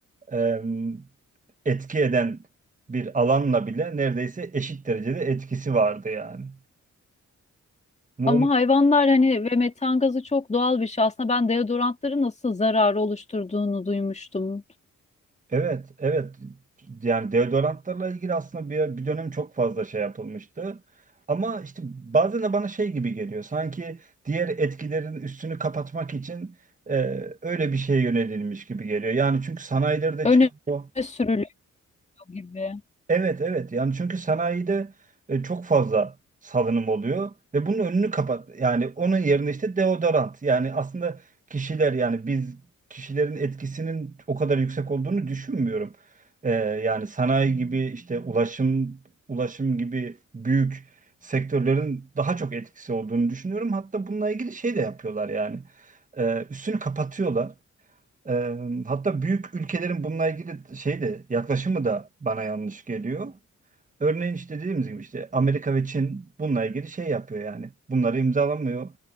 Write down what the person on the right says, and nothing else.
e, etki eden bir alanla bile neredeyse eşit derecede etkisi vardı yani. Mu-
Evet, evet. Yani deodorantlarla ilgili aslında bir, bir dönem çok fazla şey yapılmıştı. Ama işte bazen de bana şey gibi geliyor. Sanki diğer etkilerin üstünü kapatmak için e, öyle bir şeye yönelilmiş gibi geliyor. Yani çünkü sanayilerde
çıkan o
Evet evet yani çünkü sanayide e, çok fazla salınım oluyor ve bunun önünü kapat yani onun yerine işte deodorant yani aslında kişiler yani biz kişilerin etkisinin o kadar yüksek olduğunu düşünmüyorum. E, yani sanayi gibi işte ulaşım ulaşım gibi büyük sektörlerin daha çok etkisi olduğunu düşünüyorum. Hatta bununla ilgili şey de yapıyorlar yani E, üstünü kapatıyorlar. E, hatta büyük ülkelerin bununla ilgili şey de yaklaşımı da bana yanlış geliyor. Örneğin işte dediğimiz gibi işte Amerika ve Çin bununla ilgili şey yapıyor yani. Bunları imzalamıyor